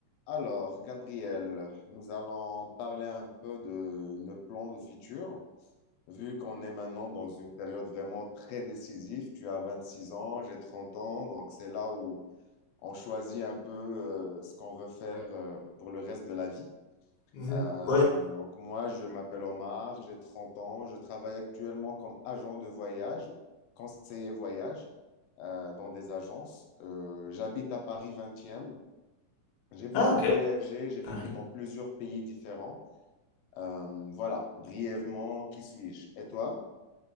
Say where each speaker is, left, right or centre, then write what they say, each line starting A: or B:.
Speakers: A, on the left; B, on the left.
A: Alors, Gabriel, nous allons parler un peu de nos plans de futur. Vu qu'on est maintenant dans une période vraiment très décisive, tu as 26 ans, j'ai 30 ans, donc c'est là où on choisit un peu euh, ce qu'on veut faire euh, pour le reste de la vie.
B: Mhm.
A: Euh,
B: Ouais.
A: donc moi, je m'appelle Omar, j'ai 30 ans, je travaille actuellement comme agent de voyage, conseiller voyage euh, dans des agences. Euh, j'habite à Paris 20e. J'ai beaucoup
B: Ah, ok.
A: voyagé, j'ai vécu
B: Paris.
A: dans plusieurs pays différents. Euh, voilà, brièvement, qui suis-je? Et toi?